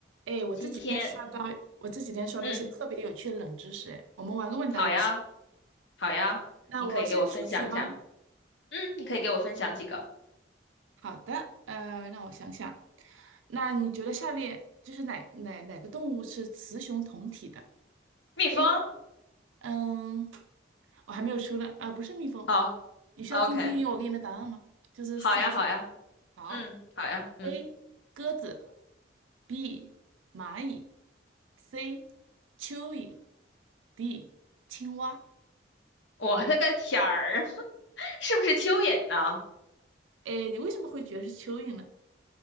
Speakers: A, on the right; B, on the left.
A: 哎，我这几天刷到，
B: 今天，
A: 我这几天刷到一些特别有趣的冷知识。
B: 嗯，
A: 哎，我们玩个问答游戏。
B: 好呀，好呀，
A: 那我先出题吗？
B: 你可以给我分享一下。嗯，你可以给我分享几个
A: 好的，呃，让我想想。那你觉得下列就是哪哪哪个动物是雌雄同体的
B: 蜜蜂。
A: ？A，嗯，我还没有出呢。啊、不是蜜蜂。
B: 好
A: 你需要听听我给你的答案吗？
B: ，OK，
A: 就是四个选项。
B: 好呀，好呀，
A: 好
B: 嗯，好呀，嗯，
A: ，A 鸽子，B 蚂蚁，C 蚯蚓，D 青蛙。
B: 我的个天儿，<laughs> 是不是蚯蚓呢？
A: 哎，你为什么会觉得是蚯蚓呢？